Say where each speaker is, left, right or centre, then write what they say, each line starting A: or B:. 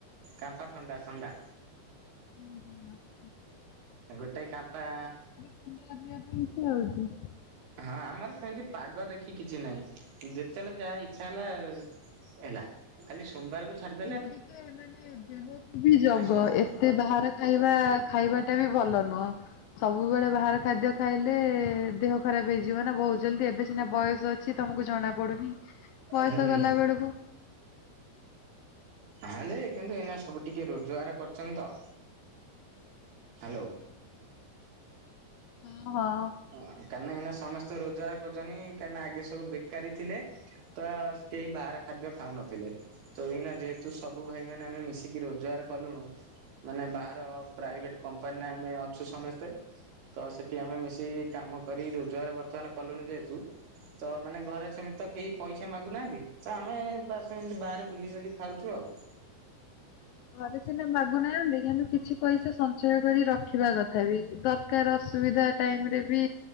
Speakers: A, on the right; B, on the left.
A: କାମ୍ପା ଥଣ୍ଡା ଥଣ୍ଡା
B: ହୁଁ ହୁଁ
A: ଗୋଟେ କାମ୍ପା
B: <unintelligible> ହଉଛି
A: ହଁ ଆମର ସେମିତି ପାଗ ଦେଖି କିଛି ନାହିଁ ଯେତେବେଳେ ଯାହା ଇଚ୍ଛା ହେଲା ହେଲା। ଖାଲି ସୋମବାରକୁ ଛାଡି
B: କିନ୍ତୁ ଟିକେ ମାନେ ଦେହ ବି ଜଗ
A: ଆଇଁଷ ହୁଏ
B: ଏତେ ବାହାର ଖାଇବା ଖାଇବାଟା ବି ଭଲ ନୁହଁ। ସବୁବେଳେ ବାହାର ଖାଦ୍ୟ ଖାଇଲେ ଦେହ ଖରାପ ହେଇଯିବ ନା ବହୁତ ଜଲ୍ଦି। ଏବେ ସିନା ବୟସ ଅଛି ତମକୁ ଜଣା ପଡୁନି ବୟସ
A: ହୁଁ।
B: ଗଲା ବେଳକୁ
A: ହ ଦେ କିନ୍ତୁ ଏଇନା ସବୁ ଟିକେ ରୋଜଗାର କରିଛନ୍ତି ତ। ହ୍ୟାଲୋ।
B: ଓଁ ହଁ।
A: ହ କାଁକିନା ଏଇନା ସମସ୍ତେ ରୋଜଗାର କରୁଛନ୍ତି କାହିଁକିନା ଆଗେ ସବୁ ବେକାରୀ ଥିଲେ ତ କେହି ବାହାର ଖାଦ୍ୟ ଖାଉନଥିଲେ। ତ ଏଇନା ଯେହେତୁ ସବୁ ଭାଇ ମାନେ ଆମେ ମିଶିକି ରୋଜଗାର କଲୁଣୁ। ମାନେ ବାହାର ପ୍ରାଇଭେଟ କମ୍ପାନୀରେ ଆମେ ଅଛୁ ସମସ୍ତେ ତ ସେଠି ଆମେ ମି ସେ କାମ କରି ରୋଜଗାର ବର୍ତ୍ତମାନ କଲୁଣି ଯେହେତୁ ତ ମାନେ ଘରେ ସେମିତି ତ କେହି ପଇସା ମାଗୁନାହାନ୍ତି ତ ଆମେ ବା ସେମିତି ବାହାରେ ବୁଲିିବାଲି ଖାଉଛୁ ଆଉ।
B: ଘରେ ସନା ମାଗୁନାହାନ୍ତି କିନ୍ତୁ କିଛି ପଇସା ସଞ୍ଚୟ କରି ରଖିବା କଥା ବି ଦ କାର ଅସୁବିଧା ଟାଇମ ରେ ବି